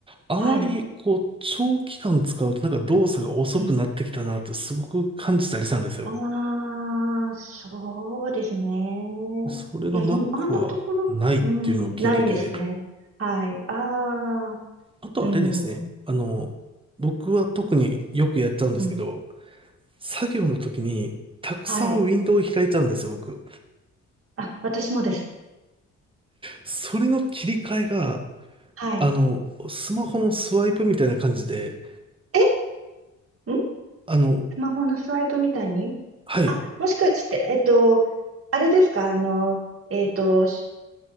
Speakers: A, on the right; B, on the right.
A: あまり、
B: はい。
A: こう、長期間使うとなんか動作が遅くなってきたなってすごく感じたりしたんですよ。
B: うん。ああ、そうですね。
A: それが
B: いや、
A: Mac
B: 今、あのところ、
A: はないっていうのを聞いてて、
B: うん、ないんですね。はい。ああ、
A: あとあれですね。
B: うん、
A: あの、僕は特によくやっちゃうんですけど、
B: うん、
A: 作業の時にたくさんウィンドウを開いちゃうんですよ、
B: はい。
A: 僕。
B: あ、私もです。
A: それの切り替えが、
B: はい。
A: あの、スマホのスワイプみたいな感じで、
B: えん
A: あの、
B: スマホのスワイプみたいに
A: はい。
B: あ、もしかして、えっと、あれですかあの、えっと、し